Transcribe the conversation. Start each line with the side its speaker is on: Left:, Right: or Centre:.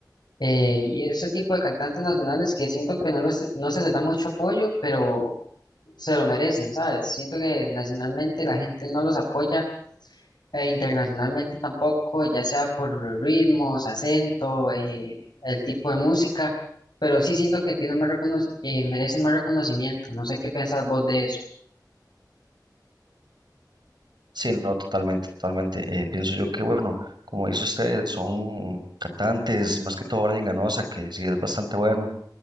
Left: eh, y ese tipo de cantantes nacionales que siento que no, les- no se les da mucho apoyo, pero se lo merecen, ¿sabes? Siento que nacionalmente la gente no los apoya e internacionalmente tampoco, ya sea por los ritmos, acento, eh, el tipo de música, pero sí siento que tiene más recono- eh, merece más reconocimiento. No sé qué pensás vos de eso.
Right: Sí, no, totalmente, totalmente. Eh, pienso yo que, bueno, como dice usted, son cantantes, más que todo Brian Ganosa, que sí es bastante bueno,